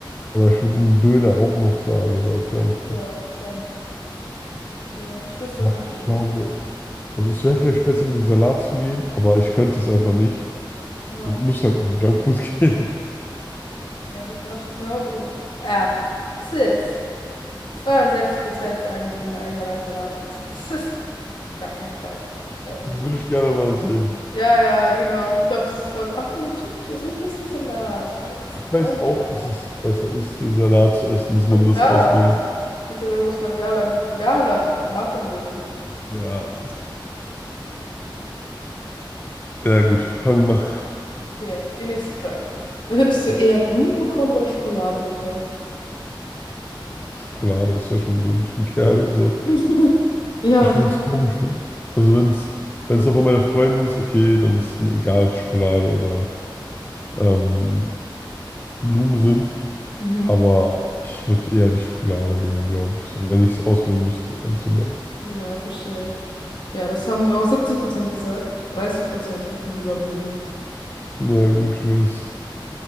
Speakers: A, on the left; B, on the left.
A: Oder ich würde einen Döner auch noch sagen, so als Junkfood.
B: Ja, schon. Also ich wüsste
A: Aber
B: auf jeden
A: ich
B: Fall nicht.
A: glaube, also es wäre vielleicht besser mit dem Salat zu gehen, aber ich könnte es einfach nicht
B: Ja,
A: und muss halt mit Junkfood <laughs> gehen.
B: da geht mir absolut genauso. Oh, ach, tschüss. 62 Prozent sagen, sie würden ein Jahr lang Salat essen. <laughs> Das ist gar kein Fall. Das glaube ich
A: Da
B: nicht.
A: würde ich gerne mal sehen.
B: Ja, ja, genau. Ich glaube, das ist voll so. Ach, natürlich, also ich esse einen Salat. Ich halte es
A: Ich
B: nicht
A: weiß
B: braun
A: auch,
B: für mega.
A: dass es besser ist, den Salat zu essen, dass man
B: Ja, klar,
A: das auswählt.
B: aber so. Es geht ja darum, was man ein Jahr lang, Jahr lang machen würde.
A: Ja. Ja, gut, fangen wir.
B: Okay, die nächste Frage. Würdest du
A: Ja,
B: eher Blumen bekommen oder Schokolade bekommen?
A: Schokolade, was soll ich mit Blumen? Ich bin Kerl, so.
B: <laughs> Ja,
A: Ich
B: gut.
A: würde es komisch finden. Also wenn es wenn es noch von meinen Freunden ist, okay, dann ist mir egal, ob es Schokolade oder ähm, Blumen sind.
B: Mhm.
A: Aber ich würde eher die Schokolade wählen, glaube ich. So, wenn ich es auswählen müsste, so eins von beiden.
B: Ja, verstehe. Ja, das haben auch 70% gesagt. 30% hätten lieber Blumen.
A: Ja, gut, fürs.